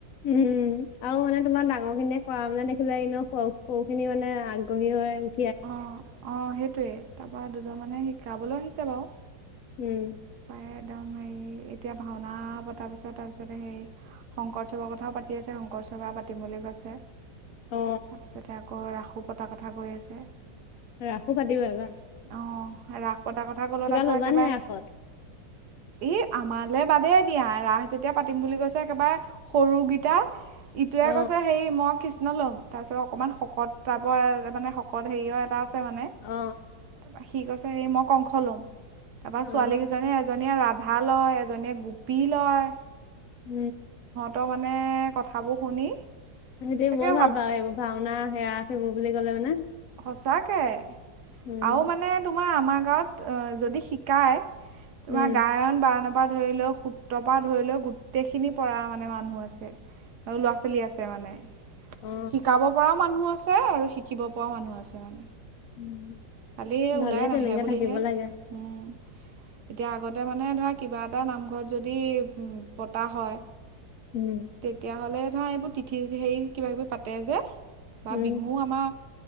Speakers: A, on the left; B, on the right.
A: উম, আৰু মানে তোমাৰ ডাঙৰ খিনে কৰা মানা দেখিলা ন। সৰু খিনি মানে আগ্ৰহী হয়।
B: অঁ অ সেইটোৱেই তাৰপৰা দুজন মানে শিকাবলৈ আহিছে বাৰু।
A: উম,
B: প্ৰায় একদম হেৰি এতিয়া ভাওনা প তাৰপিছত-তাৰপিছতে সেই শংকৰউৎসৱৰ কথাও পাতি আছে শংকৰ উৎসৱে পাতিম বুলি কৈছে।
A: অ
B: তাৰপিছতে আকৌ ৰাসো পতাৰ কথা কৈ আছে।
A: ৰাসো পাতিব এইবা
B: অহ, ৰাস পতাৰ কথা ক'লো আকৌ
A: ল'বা
B: একেবাৰে।
A: নি ৰাসত
B: ই আমালৈ বাদে দিয়া। ৰাস যেতিয়া পাতিম বুলি কৈছে একেবাৰে সৰু কেইটা ইটোৱে
A: অ
B: কৈছে হেৰি মই কৃষ্ণ ল'ম। তাৰপিছত অকণমান শকত পাব মানে শকত হেৰিয় মানে
A: অ অ
B: ত সি কৈছে হে মই কংস লম। তাৰপৰা
A: অ
B: ছোৱালী কেইজননে এজনীয়ে ৰাধা লয়, এজনীয়ে গোপী লয়।
A: উম,
B: ত মানে কথাবোৰ শুনি
A: সিহতে
B: তাকে
A: বৰ ভাল
B: ভাব
A: পায়, সেইবোৰ ভাওনা সেৱা, সেইবোৰ বুলি ক'লে মানে।
B: সঁচাকে
A: উম
B: আৰু মানে তোমাৰ আমাৰ গাঁৱত যদি শিকায়। তোমাৰ
A: উম
B: গায়ন বাৰয়ন পৰা ধৰি লওক সূত্ৰৰ পৰা ধৰি লওক গোটেইখিনি পৰা মানে মানুহ আছে। আৰু ল'ৰা ছোৱালী আছে মানে
A: অ
B: শিকাব পৰাও মানুহ আছে আৰু শিকিব পোৱা মানুহ আছে। মানে
A: উম
B: কালি
A: ভালেই
B: ওলাই নাহে
A: তেনেকে
B: বুলিহে
A: থাকিব লাগে
B: উম, এতিয়া আগতে মানে ধৰা কিবা এটা নামঘৰত যদি উম, পতা হয়।
A: উম
B: তেতিয়াহ'লে ধৰা এইবোৰ তিথি হেৰি কিবা কিবি পাতে যে। বা
A: উম
B: বিহুও আমাৰ